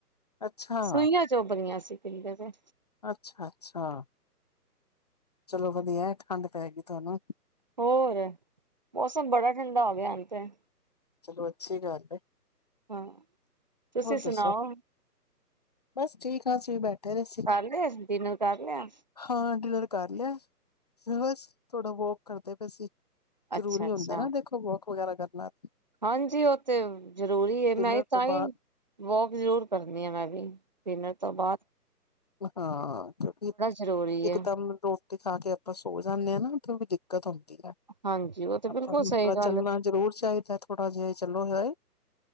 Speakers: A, on the left; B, on the right.
A: ਅੱਛਾ
B: ਸੂਈਆਂ ਚੋਬ ਰੀਆਂ ਸੀ ਪਿੰਡੇ ਤੇ
A: ਅੱਛਾ-ਅੱਛਾ। ਚਲੋ ਵਦੀਆ ਐ ਠਾੰਡ ਪੈਗੀ ਤੋਆਨੂੰ।
B: ਹੋਰ, ਮੌਸਮ ਬੜਾ ਠੰਡਾ ਹੋਗੇਆ ਹੁਨ ਤੇ
A: ਚੱਲੋ ਅੱਛੀ ਗਾੱਲ ਏ,
B: ਹਾਂ ਤੁਸੀਂ
A: ਹੋਰ
B: ਸੁਣਾਓ
A: ਦੱਸੋ। ਬਸ ਠੀਕ ਆਂ ਅਸੀ ਬੈ ਫੇਰ ਅਸੀ,
B: ਕਰ ਲਿਆ ਡਿਨਰ ਕਰ ਲਿਆ
A: ਹਾਂ ਡੀਨਰ ਕਾੱਰ ਲੇਆ ਬਸ ਥੋੜਾ ਵੋਕ ਕਰਦੇ ਪੇਸੀ,
B: ਅੱਛਾ
A: ਜਰੂਰੀ
B: ਅੱਛਾ
A: ਹੋਂਦਾ ਨਾ ਦੇਖੋ ਵੋਕ ਵਗੈਰਾ ਕਰਨਾ।
B: ਹਾਂਜੀ, ਓ ਤੇ ਜ਼ਰੂਰੀ ਏ ਮੈਂਈ
A: ਡਿਨਰ
B: ਤਾਂਈ
A: ਤੋਂ ਬਾਅਦ
B: ਵੋਕ ਜ਼ਰੂਰ ਕਰਨੀ ਆ, ਮੈਂ ਵੀ ਡੀਨਰ ਤੋ ਬਾਦ।
A: ਮ ਹਾਂ ਕਯੋਂਕਿ,
B: ਜ਼ਰੂਰੀ
A: ਇੱਕਦਮ
B: ਹੈ
A: ਰੋ ਟੀ ਖਾ ਕੇ ਆਪਾ ਸੋ ਜਾਂਨੇ ਆ ਨਾ, ਤੇ ਓਵੀ ਦਿੱਕਤ ਹੋਂਦੀ ਐ।
B: ਹਾਂਜੀ ਉਹ ਤੇ ਬਿਲਕੁਲ
A: ਆਪਾ ਨੂੰ
B: ਸਹੀ
A: ਥੋੜਾ
B: ਗੱਲ
A: ਚੱਲਨਾ ਜ਼ਰੂਰ ਚਾਈਦਾ ਥੋੜਾ ਜਾਈ ਚੱਲੋ ਹੈਂ।